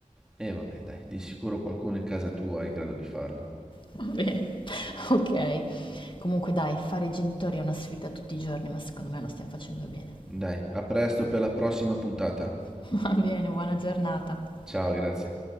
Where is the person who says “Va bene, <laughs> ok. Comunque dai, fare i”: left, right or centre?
Left